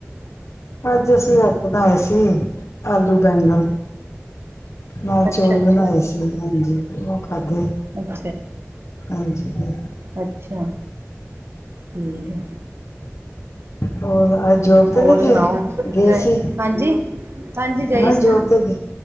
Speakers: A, on the left (about 70°); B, on the right (about 55°).
A: ਅੱਜ ਅਸੀਂ ਰਾਤੀ ਬਣਾਏ ਸੀ ਆਲੂ ਬੈਂਗਣ। ਨਾਲ ਚੋਲ
B: ਅੱਛਾ ਅੱਛਾ
A: ਬਣਾਏ ਸੀ, ਹਾਂਜੀ ਓਹ ਖਾਦੇ।
B: ਅੱਛਾ।
A: ਹਾਂਜੀ ਹਾਂ।
B: ਅੱਛਾ, ਠੀਕ ਹੈ।
A: ਹੋਰ ਅੱਜ ਜੋਬ ਤੇ
B: ਹੋਰ
A: ਨਹੀਂ ਗਏ
B: ਸੁਣਾਓ, ਠੀਕ
A: ਗਏ
B: ਏ,
A: ਸੀ
B: ਹਾਂਜੀ? ਹਾਂਜੀ ਗਈ
A: ਮੈਂ
B: ਸੀ,
A: ਜੋਬ ਤੇ ਗਈ